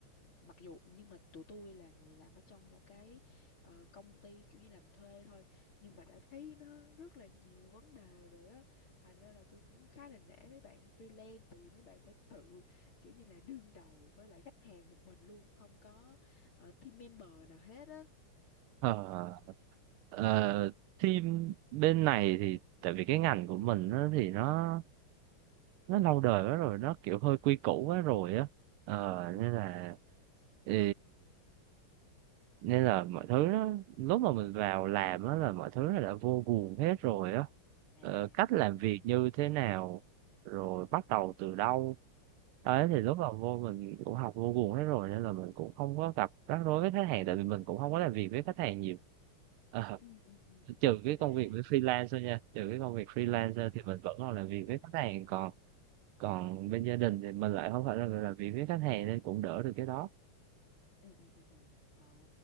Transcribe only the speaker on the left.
mặc dù nhưng mà tụi tôi là người làm ở trong một cái ờ, công ty kiểu như làm thuê thôi nhưng mà đã thấy nó rất là nhiều vấn đề rồi á thành ra là tôi cũng khá là nể mấy bạn freelance tại vì mấy bạn phải tự kiểu như là đương đầu với lại khách hàng một mình luôn không có ờ, team member nào hết á
ừ ừ
à
hiểu
hiểu hiểu
ừ
ừ ừ ừ ừ.
à
hiểu
ừ
ừ ừ.
ừ.
<laughs>
ừ ừ ừ ừ ờ